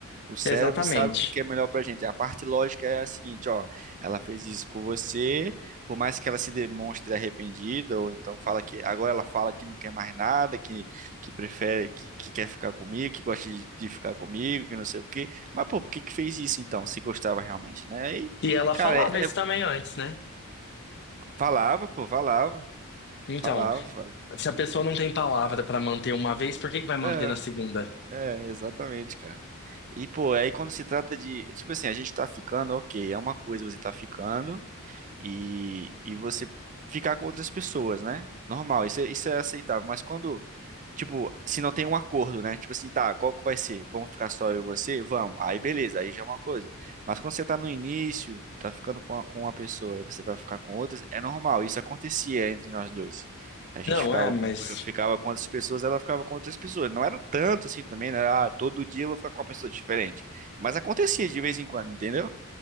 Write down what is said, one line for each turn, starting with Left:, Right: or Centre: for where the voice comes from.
Right: O cérebro
Left: Exatamente.
Right: sabe o que que é melhor pra gente. A parte lógica é a seguinte, ó, ela fez isso com você, por mais que ela se demonstre arrependida ou então fala que agora ela fala que não quer mais nada, que que prefere que, que quer ficar comigo, que gosta de, de ficar comigo, que não sei o quê mas, pô, por que que fez isso então, se gostava realmente, né? E,
Left: E ela
Right: cara,
Left: falava
Right: é,
Left: isso
Right: é-
Left: também antes, né?
Right: falava, pô, falava,
Left: Então.
Right: falava, falava.
Left: Se a pessoa não tem palavra pra manter uma vez, por que que vai manter
Right: É,
Left: na segunda?
Right: é, exatamente, cara. E, pô, aí quando se trata de, tipo assim, a gente tá ficando, ok, é uma coisa você tá ficando, e, e você ficar com outras pessoas, né? Normal, isso, é- isso é aceitável. Mas quando, tipo, se não tem um acordo, né? Tipo assim, tá, qual que vai ser? Vamos ficar só eu e você? Vamos. Aí beleza, aí já é uma coisa. Mas quando você tá no início, tá ficando com, a- com uma pessoa e você vai ficar com outras, é normal. Isso acontecia entre nós dois. A gente
Left: Não,
Right: ficava
Left: é, mas.
Right: com, eu ficava com outras pessoas, ela ficava com outras pessoas. Não era tanto assim também, né? Ah, todo dia eu vou ficar com uma pessoa diferente. Mas acontecia de vez em quando, entendeu?